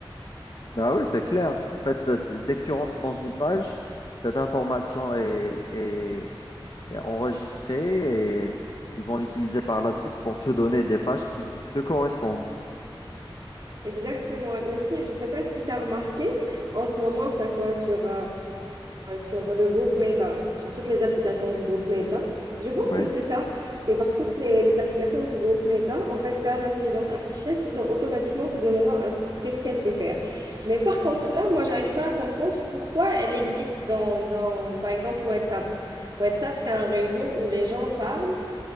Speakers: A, on the left (about 55°); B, on the right (about 50°).
A: Bah oui, c'est clair. En fait, euh, tu- dès que tu rentres dans une page, cette information est, est- est enregistrée et ils vont l'utiliser par la suite pour te donner des pages qui te correspondent.
B: Exactement. Et aussi, je ne sais pas si tu as remarqué en ce moment, que ça soit sur, euh, sur le groupe Meta, sur toutes les applications du groupe Meta. Je pense
A: Oui.
B: que c'est ça. C'est dans toutes les, les applications du groupe Meta, en fait, tu as l'intelligence artificielle qui sort automatiquement te demandant à ce- qu'est-ce qu'elle peut faire. Mais par contre, là, moi, j'arrive pas à comprendre pourquoi elle existe dans, dans, par exemple, WhatsApp. WhatsApp, c'est un réseau où les gens parlent